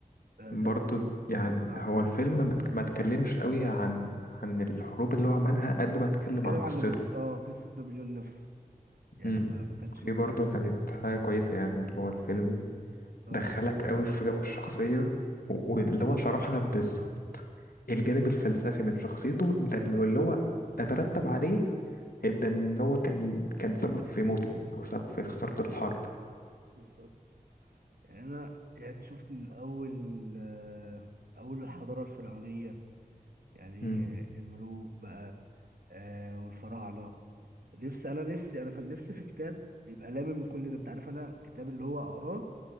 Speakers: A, on the right (about 80°); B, on the left (about 75°).
A: ده,
B: برضه
A: ده
B: يعني
A: عملاق
B: هو الفيلم ما اتك- ما اتكلمش قوي عن عن الحروب اللي هو عملها قد ما اتكلم
A: بتكلم
B: عن قصته
A: عن نابل... اه قصه نابليون نفسه يعني
B: امم
A: ما, ما كانش
B: دي
A: بي
B: برضه كانت حاجة كويسة يعني اللي هو الفيلم
A: اه
B: دخلك قوي في جو الشخصية و- واللي هو شرح لك بالظبط الجانب الفلسفي من شخصيته ده اللي واللي هو ده ترتب عليه ده ان هو كان كان سبب في موته او سبب في
A: مم،
B: خسارته الحرب
A: بالظبط يعني انا يعني شفت من اول آه، اول الحضاره الفرعونيه يعني
B: امم
A: الملوك بقى آه والفراعنة نفسي أنا نفسي أنا كان نفسي في كتاب يبقى لامم كل ده أنت عارف أنا كتاب اللي هو أقراه